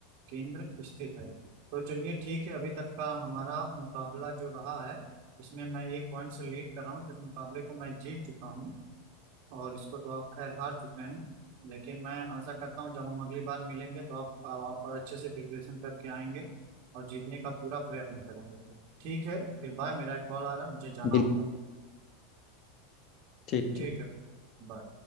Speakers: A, on the right; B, on the left.
A: केंद्र स्थित है तो चलिए ठीक है अभी तक का हमारा मुकाबला जो रहा है उसमें मैं एक पॉइंट से लीड कर रहा हूँ तो इस मुकाबले को मैं जीत चुका हूँ और इसको तो आप खैर हार चुके हैं लेकिन मैं आशा करता हूँ जब हम अगली बार मिलेंगे तो आप, आप और अच्छे से प्रिपरेशन करके आएंगे और जीतने का पूरा प्रयत्न करेंगे तो ठीक है फिर बाय मेरा एक कॉल आ रहा है मुझे जाना
B: बिल्कुल
A: होगा
B: ठीक
A: ठीक
B: ठीक
A: है bye।